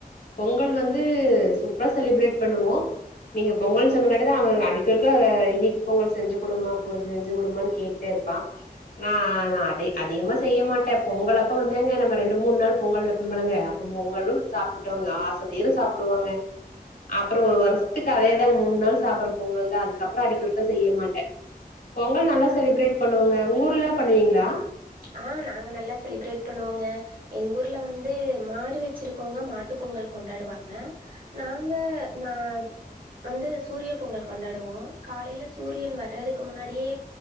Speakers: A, on the left; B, on the right.
A: பொங்கல் வந்து சூப்பரா செலிப்ரேட் பண்ணுவோ நீங்க பொங்கல்ன்னு சொன்னதுங்காட்டிதா அவனுங்க அடிக்கடிக்க இனிப்பு பொங்கல் செஞ்சி குடுமா பெ செஞ்சி குடுமான்னு கோட் டே இருப்பா நா நா அதி அதிகமா செய்ய மாட்டே பொங்கல் அப்ப வந்தேங்க நம்ம ரெண்டு மூணு நாள் பொங்கல் வப்போம் இல்லைங்க அப் பொங்களும் சாப்பிட்டோங்க ஆச தீர சாப்பிடுவோங்க அப்புறோ ஒரு வருஷத்துக்கு அதேதாங்க மூணு நாள் சாப்படுற பொங்கல்தா அதுக்கப்புறோ அடிக்க ஒருக்கா செய்ய மாட்டே பொங்கல் நல்லா செலிப்ரேட் பண்ணுவேங்க உங்க ஊர்ல்லா பண்ணுவீங்களா
B: ஆ நாங்க நல்லா செலிப்ரேட் பண்ணுவோங்க எங்க ஊர்ல வந்து மாடு வச்சிருக்கோங்க மாட்டு பொங்கல் கொண்டாடுவாங்க நாங்க நா வந்து சூரிய பொங்கல் கொண்டாடுவோ காலையில சூரியன் வரதுக்கு முன்னாடியே